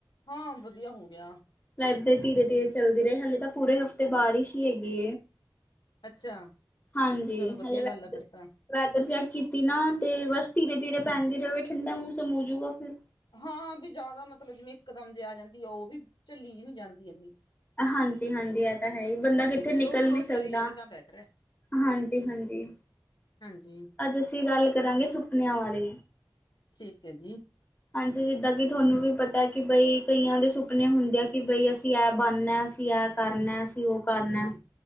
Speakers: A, on the left (about 85°); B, on the left (about 20°).
A: ਹਾਂ ਵਧੀਆ ਹੋ ਗਿਆ
B: ਇੱਧ ਧੀਰੇ ਧੀਰੇ ਚੱਲਦੀ ਰਹੇ ਹਲੇ ਤਾਂ ਪੂਰੇ ਹਫ਼ਤੇ ਬਾਰਿਸ਼ ਹੀ ਹੈਗੀ
A: ਅੱਛਾ
B: ਹਾਂਜੀ
A: ਚਲੋ ਵਧੀਆ
B: ਹਲੇ ਵੈ
A: ਗੱਲ ਆ ਫਿਰ ਤਾਂ
B: ਵੈਦਰ ਚੈੱਕ ਕੀਤੀ ਨਾ ਤੇ ਬਸ ਧੀਰੇ ਧੀਰੇ ਪੈਂਨਦੀ ਰਹੇ ਠੰਡਾ ਮੌਸਮ ਹੋਜੂਗਾ ਫਿਰ
A: ਹਾਂ ਵੀ ਜ਼ਿਆਦਾ ਮਤਲਬ ਜਿਵੇਂ ਇਕਦਮ ਜੇ ਆ ਜਾਂਦੀ ਆ ਉਹ ਵੀ ਝੱਲੀ ਨਹੀਂ ਜਾਂਦੀ ਇਨੀ
B: ਹਾਂਜੀ ਹਾਂਜੀ ਇਹ ਤਾਂ ਹੈ ਹੀ ਬੰਦਾ ਕਿੱਥੇ ਨਿਕਲ
A: ਸਲੋ ਸਲੋ
B: ਨੀ ਸਕਦਾ
A: ਚੱਲੀ ਜਾਵੇ ਤਾਂ ਬੈਟਰ ਹੈ
B: ਹਾਂਜੀ ਹਾਂਜੀ
A: ਹਾਂਜੀ
B: ਅੱਜ ਅਸੀਂ ਗੱਲ ਕਰਾਂਗੇ ਸੁਪਨਿਆਂ ਬਾਰੇ
A: ਠੀਕ ਹੈ ਜੀ
B: ਹਾਂਜੀ ਜਿੱਦਾਂ ਕਿ ਤੁਹਾਨੂੰ ਵੀ ਪਤਾ ਕਿ ਬਈ ਕਈਆਂ ਦੇ ਸੁਪਨੇ ਹੁੰਦੇ ਆ ਕਿ ਬਈ ਅਸੀਂ ਇਹ ਬਣਨਾ ਅਸੀਂ ਇਹ ਕਰਨਾ ਅਸੀਂ ਉਹ ਕਰਨਾ
A: ਹਾਂ